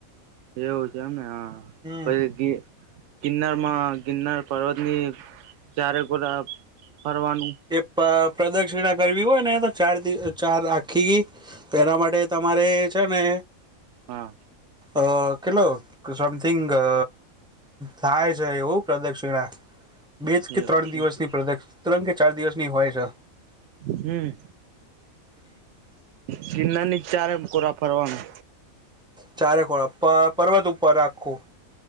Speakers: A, on the right; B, in the centre.
A: એવું છે એમને હા
B: હમ
A: પછી ગિરનાર માં ગિરનાર પર્વતની ચારેકોરા ફરવાનું
B: એ પ્રદક્ષિણા કરવી હોય ને તો ચાર દી ચાર આખી એના માટે તમારે છે ને
A: હા.
B: અ કેટલો સમથીગ અ થાય છે એવું પ્રદક્ષિણા બે જ કે
A: એવું
B: ત્રણ
A: છે
B: દિવસની પ્રદક્ષીણા ત્રણ કે ચાર દિવસની હોય છે
A: હમ. ગિરનાર ની ચારે કોરા ફરવાનું
B: ચારે ખોળા પર્વત ઉપર રાખું